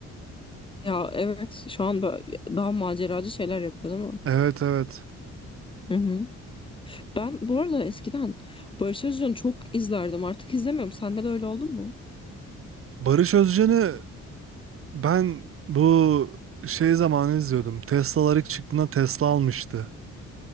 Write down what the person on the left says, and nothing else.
Ya evet şu an daha maceracı şeyler yapıyor değil mi?
Hı hı. Ben bu arada eskiden Barış Özcan'ı çok izlerdim. Artık izlemiyorum. Sende de öyle oldu mu?